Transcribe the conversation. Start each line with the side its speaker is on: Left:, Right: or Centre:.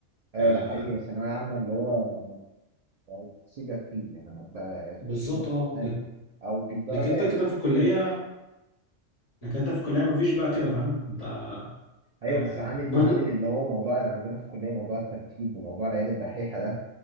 Right: ايوه
Left: آه
Right: ده حقيقي ثانويه عامه اللي هو تسيب يا تخيب يعني انت يا تخش
Left: بالظبط
Right: من
Left: اه
Right: الامتحان او تجيب درجه
Left: لكن
Right: يعني
Left: انت كده في الكلية لكن انت في الكلية مفيش بقى كده فاهم انت
Right: ايوه
Left: آه
Right: بس عامل
Left: برضو
Right: عامل اللي هو موضوع اللي عندنا في الكليه موضوع الترتيب وموضوع العيال الدحيحه ده